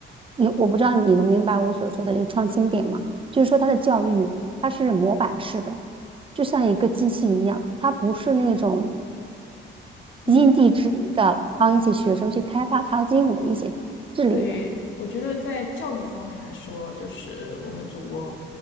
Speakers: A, on the right (about 25°); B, on the left (about 75°).
A: 你我不知道你能明白我所说的这个创新点吗？就是说，它的教育它是模板式的，就像一个机器一样，它不是那种
B: 嗯。
A: 因地制宜的帮一些学生去开发他应有的一些智力的。
B: 对，我觉得在教育方面来说，就是我们的祖国，